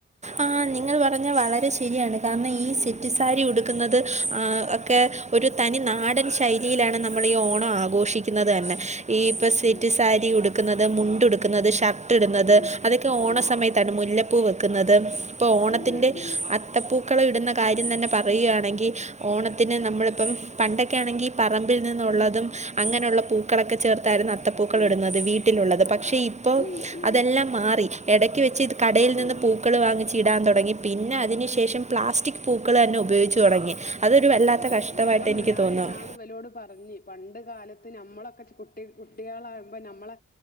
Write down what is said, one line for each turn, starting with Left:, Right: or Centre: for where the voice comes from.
Right: ആഹ് നിങ്ങൾ പറഞ്ഞ വളരെ ശെരിയാണ് കാരണം ഈ സെറ്റ്
Left: ഉം
Right: സാരി ഉട്ക്ക്ന്നത് ആ ഒക്കെ ഒര് തനി നാടൻ ശൈലിയിലാണ് നമ്മള് ഈ ഓണം ആഘോഷിക്ക്ന്നത് തന്നെ ഈ
Left: അതെ
Right: ഇപ്പ സെറ്റ്
Left: ഉം
Right: സാരി ഉട്ക്കുന്നത് മുണ്ട്ടുക്കുന്നത് ഷർ ട്ട് ട്ന്നത്
Left: ഉം
Right: അതൊക്കെ ഓണസമയത്താണ്
Left: ഉം
Right: മുല്ലപ്പൂ വെക്ക്ന്നത് ഇപ്പൊ ഓണത്തിന്റെ
Left: അതെ ഉം
Right: അത്തപ്പൂക്കളം ഇട്ന്ന കാര്യം തന്നെ പറയ്കയാണെങ്കി ഓണത്തിന് നമ്മള്പ്പം പണ്ടൊക്കെ ആണെങ്കിൽ പറമ്പിൽ നിന്നൊള്ളതും അങ്ങനൊള്ള പൂക്കളൊക്കെ ചേർത്ത് തായിര്ന്നു അത്തപ്പൂക്കൾ
Left: ഉം
Right: ഇട്ന്നത് വീട്ടിലുള്ളത് പക്ഷെ
Left: അതെ
Right: ഇപ്പോ
Left: ഉം ഉം
Right: അതെല്ലാം മാറി എടക്ക് വെച്ച്ത് കടേൽ നിന്ന്
Left: ആഹ്
Right: പൂ വങ്ങിച്ചിടാൻ തുടങ്ങി പിന്നെ അതിനു ശേഷം പ്ലാസ്റ്റിക് പൂക്കൾ തന്നെ ഉപയോഗിച്ചു തുടങ്ങി. അതൊരു വല്ലാത്ത
Left: അതെ
Right: കഷ്ടമായിട്ട്
Left: യോ അതന്നെ
Right: എനിക്ക്
Left: ഞാന്
Right: തോന്നുന്നു
Left: ഇന്നാള് ഇവരൊട് പറഞ്ഞ് പണ്ട് കാലത്ത് ത്ത് നമ്മളൊക്കെ കുട്ടി കുട്ടികളാകുമ്പോ നമ്മളെ